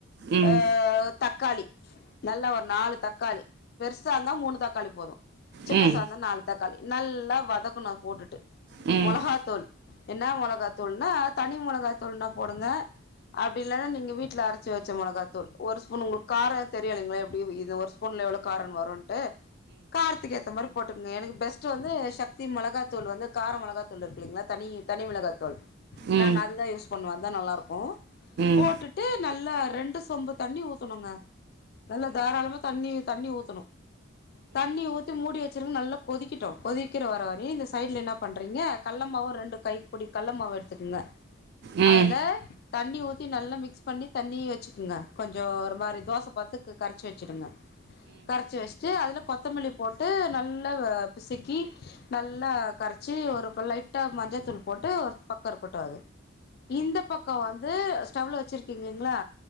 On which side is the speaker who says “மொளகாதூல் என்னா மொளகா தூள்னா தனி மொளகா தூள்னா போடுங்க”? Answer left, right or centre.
Left